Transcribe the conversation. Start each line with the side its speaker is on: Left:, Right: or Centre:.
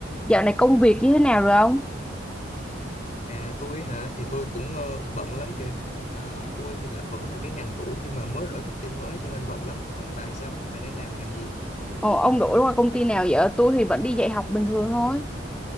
Centre: Dạo này công việc như thế nào rồi ông?
Left: À tôi hả thì tôi cũng ờ, bận lắm kìa Ờ, tôi thì là, vẫn làm cái ngành cũ nhưng mà mới đổi công ty mới cho nên bận lắm còn bà thì sao bà đang làm ngành gì
Centre: Ồ, ông đổi qua công ty nào vậy? Tôi thì vẫn đi dạy học bình thường thôi.